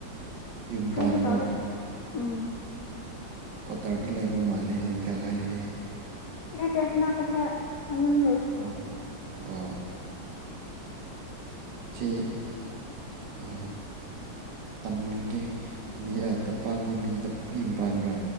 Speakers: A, on the right (about 65°); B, on the left (about 70°).
A: ꯌꯨꯝ
B: ꯀꯩꯁꯨ
A: ꯄꯥꯟꯕ꯭ꯔꯅ
B: ꯇꯧꯗꯦ ꯎꯝ
A: ꯀ꯭ꯋꯥꯇꯔꯗ ꯂꯩꯕ ꯃꯥꯜꯂꯦ ꯂꯝꯐꯦꯜ ꯍꯥꯏꯔꯗꯤ
B: ꯑ ꯇ ꯍꯅꯥ ꯀꯊꯦ ꯃꯌꯨꯝ ꯂꯩ
A: ꯑꯣ ꯑꯣ ꯆꯦ ꯑ ꯇꯝꯒꯤ ꯃꯤ ꯇꯝꯄꯥꯛꯒꯤ ꯃꯤꯗ ꯌꯨꯝ ꯄꯥꯟꯕ꯭ꯔꯥ